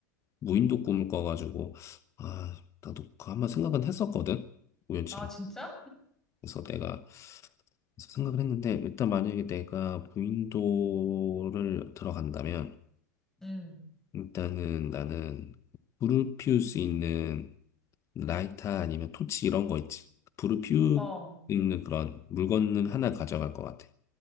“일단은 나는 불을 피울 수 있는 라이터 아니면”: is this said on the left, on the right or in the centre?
Left